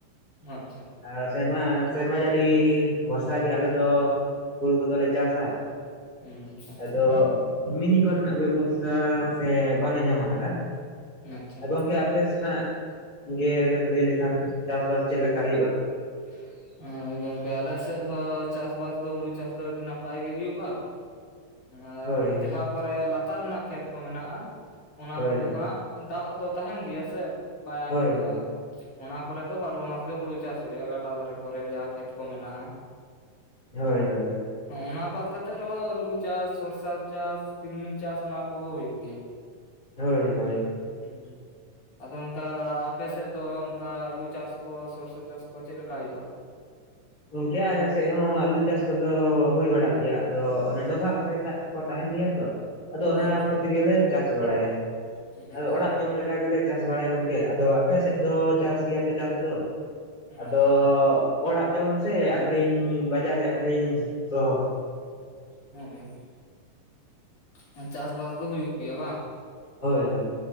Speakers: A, on the left; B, on the left.
A: ᱦᱚᱸ ᱟᱪᱪᱷᱟ᱾
B: ᱟᱨ ᱥᱮᱨᱢᱟ ᱥᱮᱨᱢᱟ ᱡᱟᱹᱲᱤ ᱵᱷᱚᱨᱥᱟ ᱜᱮ ᱟᱞᱮ ᱫᱚ ᱦᱩᱲᱩ ᱠᱚᱫᱚᱞᱮ ᱪᱟᱥᱟ
A: ᱦᱩᱸ ᱟᱪᱪᱷᱟ
B: ᱟᱫᱚ ᱢᱤᱱᱤ ᱠᱚᱨᱮᱱᱟᱜ ᱵᱮᱵᱚᱥᱛᱟ ᱥᱮ ᱵᱟᱞᱮ ᱧᱟᱢ ᱟᱠᱟᱫᱟ
A: ᱟᱪᱪᱷᱟ
B: ᱟᱨ ᱜᱚᱝᱠᱮ ᱟ ᱯᱮ ᱥᱮᱱᱟᱜ ᱜᱮ ᱵᱮᱱ ᱞᱟᱹᱭ ᱞᱮᱠᱷᱟᱱ ᱪᱟᱥᱵᱥ ᱪᱮᱫ ᱞᱮᱠᱟ ᱦᱩᱭᱩᱜᱼᱟ?
A: <inaudible> ᱟᱨ ᱜᱚᱝᱠᱮ ᱟᱞᱮ ᱥᱮᱫ ᱦᱚᱸ ᱪᱟᱥᱵᱟᱥ ᱫᱚ ᱦᱩᱲᱩ ᱪᱟᱥ ᱫᱚ ᱟᱹᱰᱤ ᱱᱟᱯᱟᱭ ᱜᱮ ᱦᱩᱭᱩᱜᱼᱟ᱾ ᱟᱨ
B: ᱦᱳᱭ
A: ᱡᱟᱦᱟᱸ ᱠᱚᱨᱮ ᱞᱟᱛᱟᱨ ᱨᱮᱱᱟᱜ ᱠᱷᱮᱛ ᱠᱚ ᱢᱮᱱᱟᱜᱼᱟ ᱚᱱᱟ
B: ᱦᱳᱭ
A: ᱠᱚᱫᱚ ᱦᱟᱸᱜ ᱫᱟᱜ ᱫᱚ ᱛᱟᱦᱮᱱ ᱜᱮᱭᱟ ᱥᱮ ᱵᱟᱭ
B: ᱦᱳᱭ
A: ᱟᱸᱡᱮᱫᱚᱜᱼᱟ
B: ᱦᱳᱭ
A: ᱚᱱᱟ ᱠᱚᱨᱮ ᱫᱚ ᱵᱟᱨᱚ ᱢᱟᱥ ᱜᱮ ᱦᱩᱲᱩ ᱪᱟᱥ ᱫᱚᱨᱮᱭᱟ ᱜᱟᱰᱟ ᱫᱷᱟᱨᱮ ᱠᱚᱨᱮ ᱡᱟᱦᱟᱸ ᱠᱷᱮᱛ ᱠᱚ ᱢᱮᱱᱟᱜᱼᱟ,
B: ᱦᱳᱭ ᱦᱳᱭ᱾
A: ᱚᱱᱟ ᱵᱟᱫ ᱠᱟᱛᱮᱫ ᱨᱮᱦᱚᱸ ᱟᱞᱩ ᱪᱟᱥ ᱥᱚᱨᱥᱟ ᱪᱟᱥ ᱛᱤᱞᱢᱤᱧ ᱪᱟᱥ ᱚᱱᱟ ᱠᱚᱦᱚᱸ ᱦᱩᱭᱩᱜ ᱜᱮᱭᱟ᱾ <inaudible>
B: ᱦᱳᱭ ᱦᱳᱭ ᱦᱳᱭ᱾
A: ᱦᱩᱸ ᱟᱫᱚ ᱚᱱᱠᱟ ᱟᱯᱮ ᱥᱮᱫ ᱫᱚ ᱚᱱᱠᱟ ᱟᱞᱩ ᱪᱟᱥ ᱠᱚ ᱥᱚᱨᱥᱚ ᱪᱟᱥ ᱠᱚ ᱪᱮᱫ ᱞᱮᱠᱟ ᱦᱩᱭᱩᱜᱼᱟ?
B: ᱜᱚᱝᱠᱮ ᱟᱞᱮ ᱥᱮᱫ ᱦᱚᱸ ᱟᱹᱞᱩ ᱪᱟᱥ ᱠᱚᱫᱚ ᱦᱩᱭ ᱵᱟᱲᱟᱜ ᱜᱮᱭᱟ ᱟᱫᱚ ᱚᱱᱮ ᱰᱚᱵᱷᱟᱜ ᱠᱚᱨᱮ ᱫᱟᱜ ᱠᱚ ᱛᱟᱦᱮᱱ ᱜᱮᱭᱟ ᱛᱚ ᱟᱫᱚ ᱚᱱᱟ
A: ᱟᱪᱪᱷᱟ
B: ᱠᱚ ᱛᱮᱜᱮᱞᱮ ᱪᱟᱥ ᱵᱟᱲᱟᱭᱟ
A: ᱟᱪᱪᱷᱟ
B: ᱟᱫᱚ ᱚᱲᱟᱜ ᱡᱚᱢ ᱞᱮ ᱠᱟ ᱜᱮᱞᱮ ᱪᱟᱥ ᱵᱟᱲᱟᱭᱟ ᱜᱚᱝᱠᱮ ᱟᱫᱚ ᱟᱯᱮ ᱥᱮᱫ ᱫᱚ ᱪᱟᱥ ᱜᱮᱭᱟᱯᱮ ᱪᱟᱥ ᱫᱚ? ᱟᱫᱚ
A: ᱟᱪᱪᱷᱟ
B: ᱚᱲᱟᱜ ᱡᱚᱢ ᱥᱮ ᱟᱹᱠᱷᱨᱤᱧ ᱵᱟᱡᱟᱨ ᱨᱮ ᱟᱹᱠᱷᱨᱤᱧ ᱥᱚᱦᱚ?
A: ᱦᱳᱭ ᱦᱳᱭ, ᱪᱟᱥᱵᱟᱥ ᱫᱚ ᱦᱩᱭᱩᱜ ᱜᱮᱭᱟ ᱵᱟᱝ?
B: ᱦᱳᱭ ᱦᱳᱭ᱾